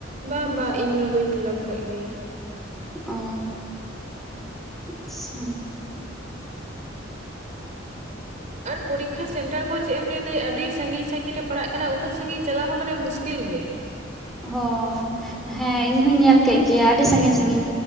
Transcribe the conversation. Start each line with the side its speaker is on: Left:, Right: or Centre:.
Right: ᱵᱟᱝ ᱵᱟ ᱤᱧ ᱢᱟ ᱵᱟᱹᱧ ᱯᱷᱤᱞᱟᱯ ᱠᱟᱜ ᱜᱮᱭᱟ᱾
Centre: ᱚᱻ ᱟᱪᱪᱷᱟ
Right: ᱟᱨ ᱯᱚᱨᱤᱠᱷᱟ ᱥᱮᱱᱴᱟᱨ ᱠᱚ ᱪᱮᱫ ᱮᱢ ᱞᱟᱹᱭ ᱫᱟᱹᱭ, ᱟᱰᱤ ᱥᱟᱺᱜᱤᱧ-ᱥᱟᱺᱜᱤᱧ ᱨᱮ ᱯᱟᱲᱟᱜ ᱠᱟᱱᱟ ᱩᱱᱟᱹᱜ ᱥᱟᱺᱜᱤᱧ ᱪᱟᱞᱟᱣ ᱦᱚᱸ ᱢᱟᱱᱮ ᱢᱩᱥᱠᱤᱞ ᱜᱮ᱾
Centre: ᱦᱚᱸ ᱦᱮᱸ ᱤᱧᱦᱩᱧ ᱧᱮᱞ ᱠᱮᱜ ᱜᱮᱭᱟ ᱟᱰᱤ ᱥᱟᱺᱜᱤᱧ - ᱥᱟᱺᱜᱤᱧ